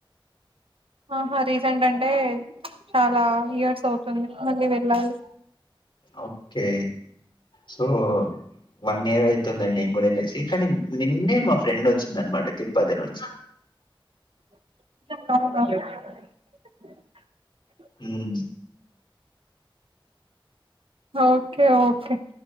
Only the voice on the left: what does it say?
ఓకే సో వన్ ఇయర్ ఐతుందండి నేను కూడా వెలేసి కానీ నిన్నే మా ఫ్రెండ్ వచ్చింది అనమాట తిరుపతి పతి నుంచి
ఉం